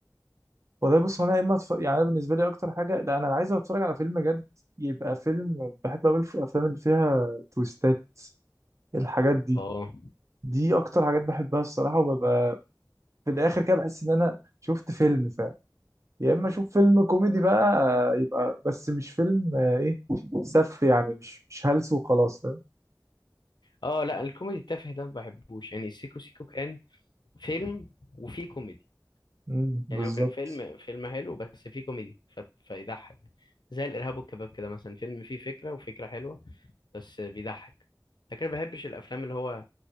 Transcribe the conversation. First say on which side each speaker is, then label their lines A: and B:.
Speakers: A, on the right; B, on the left.
A: والله بص هو انا يا اما أتف... يعني انا بالنسبه لي اكتر حاجه لا انا عايز اتفرج على فيلم جد يبقى فيلم بحب اقول في الافلام اللي فيها تويستات الحاجات دي
B: اه
A: دي اكتر حاجات بحبها الصراحه وببقى في الاخر كده بحس ان انا شفت فيلم فعلا يا اما اشوف فيلم كوميدي بقى آه، يبقى بس مش فيلم آه، ايه سف يعني مش مش هلس وخلاص فاهم
B: اه لا الكوميدي التافه ده ما بحبوش يعني سيكو سيكو كان فيلم وفيه كوميدي
A: مم، بالظبط
B: يعني هو كان فيلم فيلم حلو بس فيه كوميدي ف... فيضحك زي الارهاب والكباب كده مثلا فيلم فيه فكره وفكره حلوه بس بيضحك لكن ما بحبش الافلام اللي هو